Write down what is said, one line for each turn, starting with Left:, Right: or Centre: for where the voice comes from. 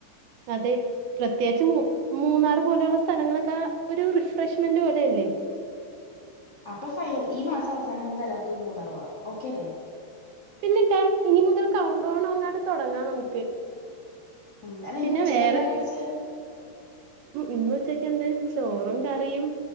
Right: അതെ പ്രത്യേകിച്ച് മൂന്നാറ് പോലെയുള്ള സ്ഥലങ്ങളൊക്കെ ഒരു റിഫ്രഷ്മെന്റ് പോലെയല്ലേ
Left: അപ്പൊ ഫൈനൽ ഈ മാസം അവസാനം എന്തായാലും നമുക്ക് മൂന്നാറ് പോകാം ഓക്കെ അല്ലേ
Right: പിന്നിട്ടൻ ഇനി മുതൽ കൗണ്ട് ഡൗൺ അങ്ങാട്ട് തുടങ്ങാം നമുക്ക്
Left: ഉം അല്ല
Right: പിന്നെ
Left: ഇന്ന് ഉച്ചക്ക്
Right: വേറെ
Left: എന്താ കഴിച്ചേ
Right: ഇന്ന് ഉച്ചക്ക് എന്ത് ചോറും കറിയും